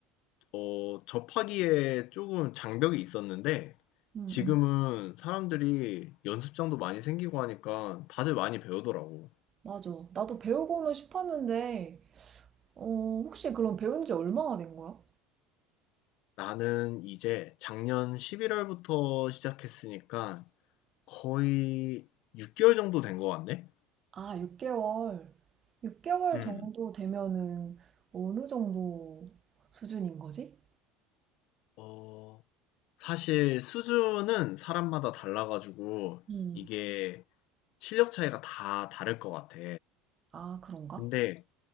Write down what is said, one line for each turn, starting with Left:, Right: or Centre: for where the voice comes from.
Left: 어, 접하기에 조금 장벽이 있었는데,
Right: 응,
Left: 지금은
Right: 응,
Left: 사람들이 연습장도 많이 생기고 하니까 다들 많이 배우더라고.
Right: 맞아. 나도 배우고는 싶었는데, 어, 혹시 그럼 배운 지 얼마나 된 거야?
Left: 나는 이제 작년 11월부터 시작했으니까 거의 6개월 정도 된 것 같네?
Right: 아, 6개월. 6개월
Left: 음.
Right: 정도 되면은 어느 정도 수준인 거지?
Left: 어, 사실 수준은 사람마다 달라 가지고
Right: 음,
Left: 이게 실력 차이가 다 다를 것 같아.
Right: 아, 그런가?
Left: 근데